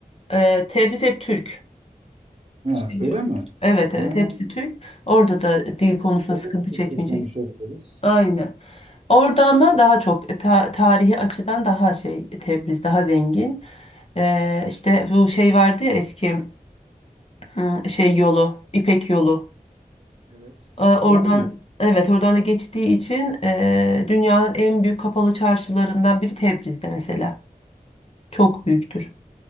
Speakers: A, on the left; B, on the right.
A: E, Tebriz hep Türk.
B: ha,
A: Şey
B: öyle
A: yok.
B: mi?
A: Evet evet
B: Ha,
A: hepsi Türk. Orada da dil konusunda
B: orada
A: sıkıntı
B: da Türkçe
A: çekmeyeceksin.
B: konuşabiliriz.
A: Aynen. Orada ama daha çok e, ta- tarihi açıdan daha şey Tebriz daha zengin. E, işte bu şey vardı ya eski m, şey yolu İpek yolu.
B: Evet.
A: E, Oradan
B: Oradan mı gidiyor?
A: evet oradan da geçtiği için e, dünyanın en büyük kapalı çarşılarından biri Tebriz'de mesela. Çok büyüktür.